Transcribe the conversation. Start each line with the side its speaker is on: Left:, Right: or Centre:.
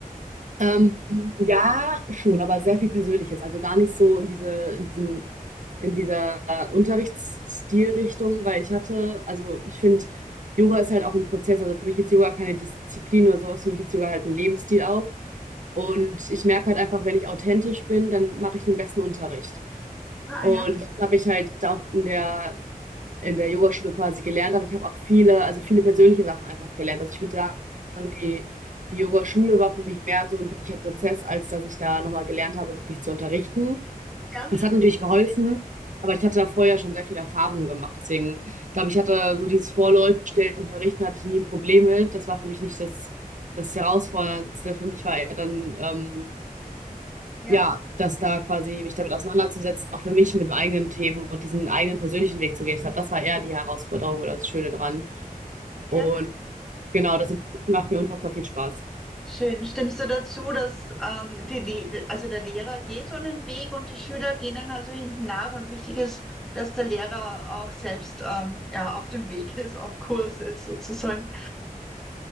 Right: Ähm, ja, schon, aber sehr viel Persönliches. Also gar nicht so in diese, in diesen, in dieser äh, Unterrichtsstilrichtung, weil ich hatte, also ich finde, Yoga ist halt auch ein Prozess. Also für mich ist Yoga keine Disziplin oder sowas. Für mich ist Yoga halt ein Lebensstil auch. Und ich merke halt einfach, wenn ich authentisch bin, dann mache ich den besten Unterricht.
Centre: Ah,
Right: Und
Centre: ja,
Right: das habe ich halt auch in der in der Yogaschule quasi gelernt habe. Ich habe auch viele, also viele persönliche Sachen einfach gelernt. Also ich würde sagen, die, die Yogaschule war für mich mehr so ein wirklicher Prozess, als dass ich da nochmal gelernt habe, wirklich zu unterrichten.
Centre: ja,
Right: Es hat natürlich geholfen, aber ich hatte da vorher schon sehr viel Erfahrung gemacht. Deswegen, ich glaube, ich hatte so dieses Vorleute und unterrichten, hatte ich nie ein Problem mit. Das war für mich nicht das, das Herausforderndste. Für mich war eher dann ähm,
Centre: Ja,
Right: ja, dass da quasi mich damit auseinanderzusetzen, auch für mich mit meinen eigenen Themen und diesen eigenen persönlichen Weg zu gehen. Ich glaube, das war eher die Herausforderung oder das Schöne dran.
Centre: ja.
Right: Und genau, das macht mir unfassbar viel Spaß.
Centre: Schön. Stimmst du dazu, dass ähm, die, Le- also der Lehrer geht so einen Weg und die Schüler gehen dann also hinten nach und wichtig ist, dass der Lehrer auch selbst ähm, ja, auf dem Weg ist, auf Kurs ist sozusagen.